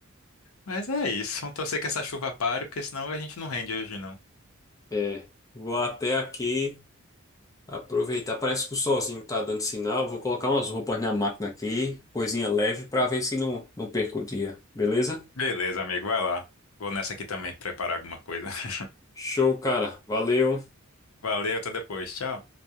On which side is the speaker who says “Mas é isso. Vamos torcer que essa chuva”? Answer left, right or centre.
Left